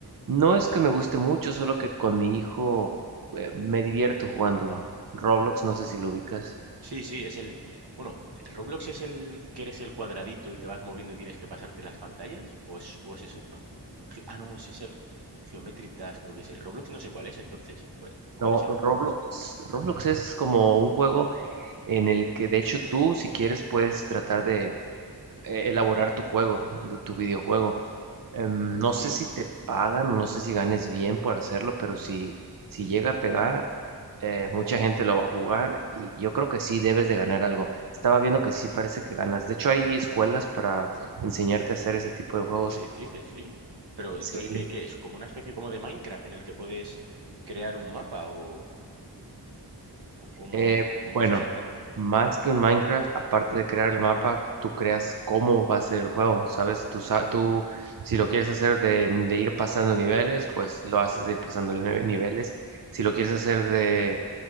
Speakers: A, on the right (about 55°); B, on the right (about 75°).
A: no es que me guste mucho, solo que con mi hijo eh, me divierto jugándolo. Roblox, no sé si lo ubicas.
B: Sí, sí, es el... Bueno, ¿Roblox es el que eres el cuadradito y te vas moviendo y tienes que pasarte las pantallas? ¿O es, o ese es otro? Ge- Ah, no, ese es el Geometric Dash, creo que es el Roblox, no sé cuál es entonces. ¿Cuál, cuál
A: No,
B: es el
A: Roblox,
B: Roblox?
A: Roblox es como un juego en el que de hecho tú, si quieres, puedes tratar de eh, elaborar tu juego, tu tu videojuego. Em, no
B: ¿Sí?
A: sé si te pagan o no sé si ganes bien por hacerlo, pero si, si llega a pegar, eh, mucha gente lo va a jugar y yo creo que sí debes de ganar algo. Estaba viendo que sí parece que ganas. De hecho, hay escuelas para enseñarte a hacer ese tipo de juegos.
B: ¿Qué dices? ¿Sí? Pero
A: Sí,
B: entonces, ¿qué, qué es? ¿Como una especie como de Minecraft en el que puedes crear un mapa o, o cómo,
A: Eh,
B: cómo
A: bueno,
B: es exactamente?
A: más que un Minecraft, aparte de crear el mapa, tú creas cómo va a ser el juego, ¿sabes? Tú, sa- tú si lo quieres hacer de, de ir pasando niveles, pues lo haces de ir pasando nive- niveles. Si lo quieres hacer de